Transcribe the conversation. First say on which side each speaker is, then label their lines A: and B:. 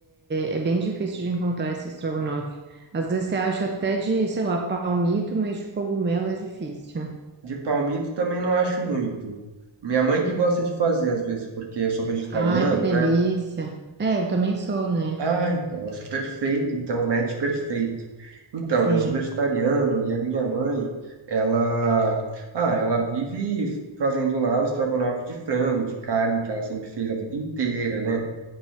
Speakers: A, on the right; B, on the right.
A: é- é bem difícil de encontrar esse estrogonofe. Às vezes você acha até de, sei lá, palmito, mas de cogumelo é difícil.
B: De palmito também não acho muito. Minha mãe que gosta de fazer às vezes, porque eu sou vegetariano,
A: Ai, que delícia.
B: né?
A: É, eu também sou, né?
B: Ai, nossa, perfeito. Então, match perfeito. Então,
A: Sim.
B: eu sou vegetariano e a minha mãe, ela, ah, ela vive fazendo lá o estrogonofe de frango, de carne, que ela sempre fez a vida inteira, né?